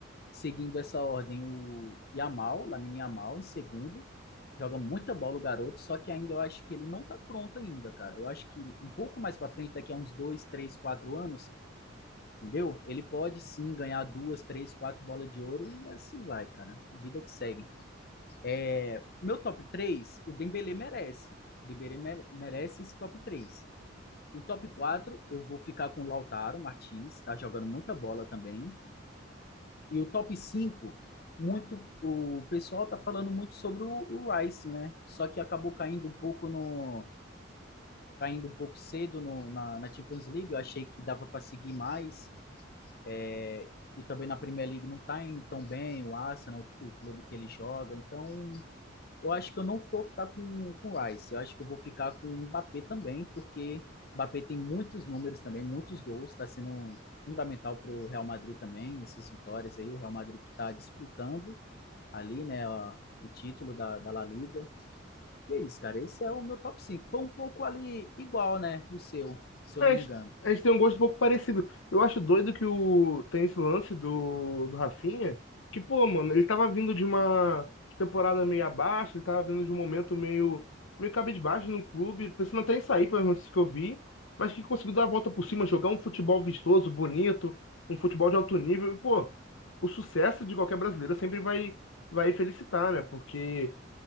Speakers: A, on the left; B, on the left.
A: seguindo essa ordem, o Yamal, Lamine Yamal, em segundo. Joga muita bola o garoto, só que ainda eu acho que ele não tá pronto ainda, cara. Eu acho que um pouco mais para frente, daqui a uns dois, três, quatro anos, entendeu? Ele pode sim ganhar duas, três, quatro bolas de ouro e assim vai, cara. Vida que segue. É, meu top 3, o Dembele merece. O Dembele mere- merece esse top 3. O top 4 eu vou ficar com o Lautaro Martins, tá jogando muita bola também. E o top 5 muito, o pessoal está falando muito sobre o, o, Rice, né? Só que acabou caindo um pouco no caindo um pouco cedo no, na, na Champions League. Eu achei que dava para seguir mais. É, e também na Premier League não está indo tão bem o Arsenal, o, o clube que ele joga. Então, eu acho que eu não vou ficar com, com o Rice. Eu acho que eu vou ficar com o Mbappé também, porque o Mbappé tem muitos números também, muitos gols. Está sendo fundamental para o Real Madrid também, essas vitórias aí. O Real Madrid que está disputando ali, né, a- o título da, da La Liga. E é isso, cara. Esse é o meu top 5. Foi um pouco ali igual, né, o seu, se
B: É,
A: eu não
B: a
A: me
B: gente
A: engano.
B: a gente tem um gosto um pouco parecido. Eu acho doido que o tem esse lance do, do Rafinha, que, pô, mano, ele tava vindo de uma temporada meio abaixo, ele tava vindo de um momento meio, meio cabisbaixo no clube, pensando até em sair, pelas notícias que eu vi, mas que conseguiu dar a volta por cima, jogar um futebol vistoso, bonito, um futebol de alto nível. E, pô, o sucesso de qualquer brasileiro sempre vai, vai felicitar, né? Porque